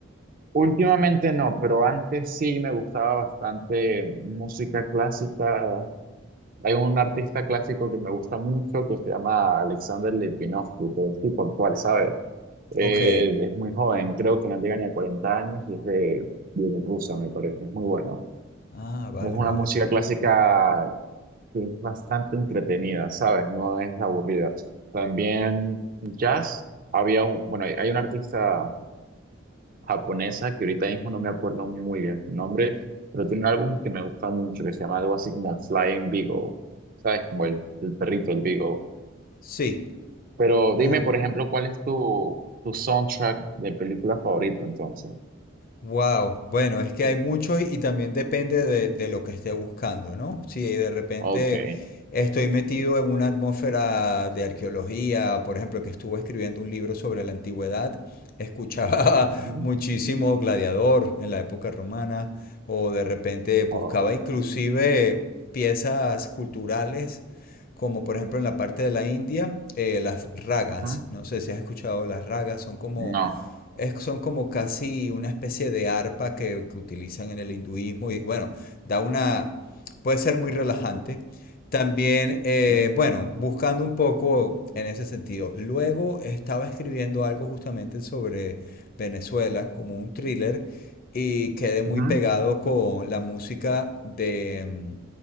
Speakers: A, on the right (about 45°); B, on the left (about 45°).
A: Últimamente no, pero antes sí me gustaba bastante música clásica. Hay un artista clásico que me gusta mucho que se llama Alexander Lipinovsky, pero es tipo cual, ¿sabes? Eh,
B: Ok.
A: es muy joven, creo que no llega ni a 40 años y es de Bielorrusia, me parece, es muy bueno.
B: Ah, vale,
A: Es una
B: vale.
A: música clásica que es bastante entretenida, ¿sabes? No es aburrida. También jazz, había un, bueno, hay hay un artista. japonesa, que ahorita mismo no me acuerdo muy bien su nombre, pero tiene un álbum que me gusta mucho, que se llama algo así como Flying Beagle, ¿sabes? Como el, el perrito, el Beagle.
B: Sí.
A: Pero dime,
B: Ah.
A: por ejemplo, ¿cuál es tu, tu soundtrack de película favorito entonces?
B: Wow, bueno, es que hay mucho y y también depende de, de lo que esté buscando, ¿no? Si de repente
A: Ok.
B: estoy metido en una atmósfera de arqueología, por ejemplo, que estuve escribiendo un libro sobre la antigüedad, escuchaba <laughs>
A: Ujú.
B: muchísimo Gladiador en la época romana, o de repente buscaba
A: Oh,
B: inclusive piezas culturales, como por ejemplo en la parte de la India, eh, las ragas.
A: ujú.
B: No sé si has escuchado las ragas, son como
A: No.
B: es- son como casi una especie de arpa que, que utilizan en el hinduismo y bueno, da una, puede ser muy relajante. También, eh,
A: Ujú.
B: bueno, buscando un poco en ese sentido. Luego estaba escribiendo algo justamente sobre Venezuela, como un thriller, y quedé muy
A: Ujú.
B: pegado con la música de... mm,